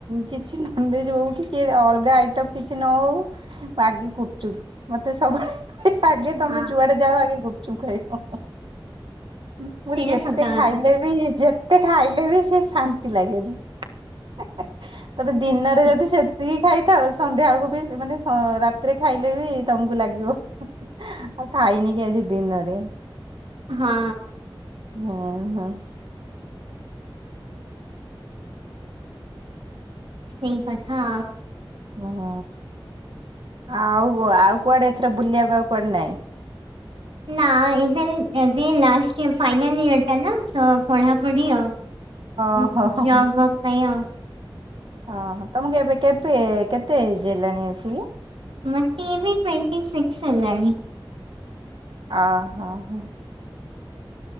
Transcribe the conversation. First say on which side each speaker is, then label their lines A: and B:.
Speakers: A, on the right (about 70°); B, on the right (about 80°).
A: କିଛି ନନଭେଜ ହଉ କି କି ଅଲଗା ଆଇଟମ୍ କିଛି ନ ହଉ ଆଗେ ଗୁପଚୁପ ମତେ ସବୁ ଆଗେ ତମେ
B: ହଁ
A: ଜୁଆଡେ ଯାଅ ଆଗେ ଗୁପଚୁପ ଖାଇବ। ମୁଁ କହିଲି
B: ସେଇଟା
A: ଯେତେ
B: ସତ
A: ଖାଇଲେ
B: କଥା
A: ବି ଯେତେ ଖାଇଲେ ବି ସେ ଶାନ୍ତି ଲାଗେନି। <unintelligible> ତମେ ଦିନରେ
B: ଅଛି
A: ଯଦି ସେ ଖାଇଥାଅ ସନ୍ଧ୍ୟା ବଳକୁ ବି ମାନେ ରାତିରେ ଖାଇଲେ ବି ତମକୁ ଲାଗିବ। ଆଉ ଖାଇନି କି ଆଜି ଦିନରେ।
B: ହଁ।
A: ହଁ ହଁ।
B: ସେଇ କଥା।
A: ହୁଁ ଆଉ ଆଉ କୁଆଡ଼େ ଏଥର ବୁଲିବାକୁ ଆଉ କୁଆଡ଼େ ନାଇଁ।
B: ନା ଏବେ ଏବେ ଲାଷ୍ଟ ଇୟର ଫାଇନାଲ ଇୟର ଟା ନା ତ ପଢ଼ାପଢି ଆଉ।
A: ଓହୋ
B: ଉଁ
A: ହୋ
B: ଜବ ବବ ପାଇଁ ଆଉ।
A: ଅ ହଁ ତମକୁ ଏବେ କେତେ କେତେଏଜ୍ ହେଲାଣି ଆସିକି?
B: ମତେ ଏବେ ଟୱେଣ୍ଟୀ ସିକକ୍ସ ହେଲାଣି।
A: ଅ ହ ହ।